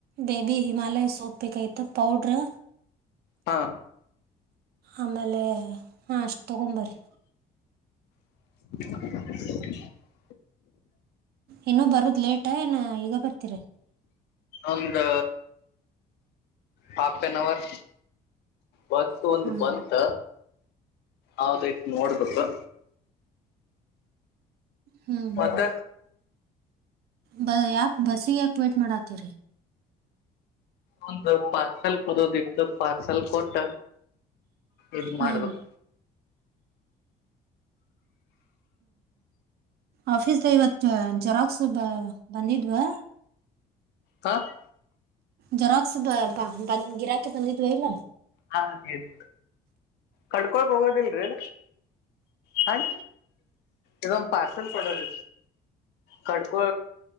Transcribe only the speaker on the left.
ಹಾ
<unintelligible>
ಒಂದು ಹಾಫ್ ಅನ್ ಅವರ್ ಬಸ ಒಂದ್
ಬಂತ ಹೌದಾಯ್ತು ನೋಡ್ಬೇಕು
ಮತ್ತ
ಒಂದು ಪಾಕಲ್ ಪದೋದಿತ್ತು ಪ <inaudible> ಸ್ವಲ್ಪ ಕೊಟ್ಟ ಇದ
ಮಾಡ್ಬೇಕ
ಹಾ <inaudible>
ಹಾ ಹೇಳು ಕಡ್ಕೊಕ್ ಹೋಗೋದಿಲ್ರರಿ ಹಂ ಇದೊಂದು ಪಾರ್ಸೆಲ್ ಕೊಡೋದ ಕಡ್ಕೋ